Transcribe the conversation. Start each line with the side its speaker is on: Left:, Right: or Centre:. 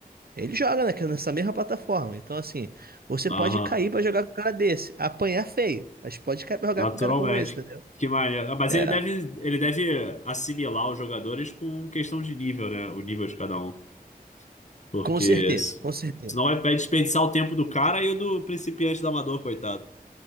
Right: Ele joga naque- nessa mesma plataforma. Então, assim, você
Left: Aham.
Right: pode cair pra jogar com um cara desse, apanhar feio, mas pode cair pra jogar
Left: Naturalmente.
Right: com um cara como esse, entendeu?
Left: Que maneiro. Ah, Mas
Right: É,
Left: ele deve, ele deve assimilar os jogadores com questão de nível, né? O nível de cada um. Porque
Right: com certeza,
Left: s-
Right: com certeza,
Left: senão vai, vai desperdiçar o tempo do cara e o do principiante do amador, coitado.